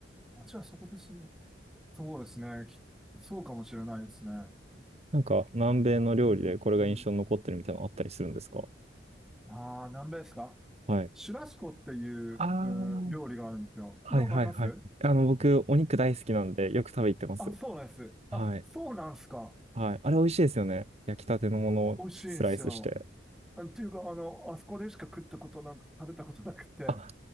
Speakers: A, in the centre; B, on the right.
A: 街はそこですね。そうですね。きそうかもしれないですね。
B: なんか、南米の料理でこれが印象に残ってるみたいなのあったりするんですか
A: うん、うん。ああ、なんですか
B: はい。
A: シュラスコっていう、
B: ああ、
A: うー料理があるんですよ。
B: はいはいはい。
A: 聞いたことあります
B: あの、僕、お肉大好きなんで、よく食べ行ってます。
A: あ、そうなんです。
B: はい。
A: あ、そうなんですか。
B: はい。あれ美味しいですよね。焼きたてのものをスライスして。
A: 美味しいんですよ。あっていうか、あの、あそこでしか食ったことなく、食べたことなくて。
B: あ、